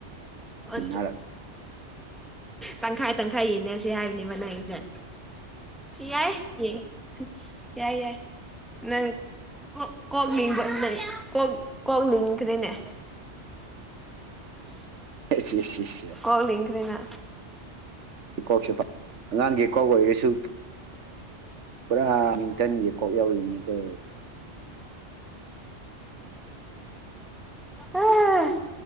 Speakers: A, in the centre; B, on the right.
A: ꯑ
B: ꯌꯦꯡꯅꯔꯛ
A: ꯇꯪꯈꯥꯏ ꯇꯪꯈꯥꯏ ꯌꯦꯅꯦꯁꯦ ꯍꯥꯏꯕ ꯕꯅꯥꯖ ꯌꯥꯏ ꯌꯦ ꯌꯥꯏ ꯌꯥꯏ ꯅꯪ ꯀꯣꯛ ꯀꯣꯛꯅꯤꯡꯕ ꯅꯪ ꯀ ꯀꯣꯒ ꯂ ꯀꯗꯅꯦ <inaudible>
B: ꯁꯤ ꯁꯤ ꯁꯤ
A: ꯀꯣꯂꯤꯈ꯭ꯔꯦꯅ
B: ꯀꯣꯛꯁꯦ ꯑꯉꯥꯡꯒꯤ ꯀꯣꯛ ꯑꯣꯏꯔꯁꯨ ꯄꯨꯔꯥ ꯅ꯭ꯌꯨꯇꯟꯒꯤ ꯀꯣꯛ ꯌꯧꯔꯤꯅꯦꯒ
A: ꯎ ꯑ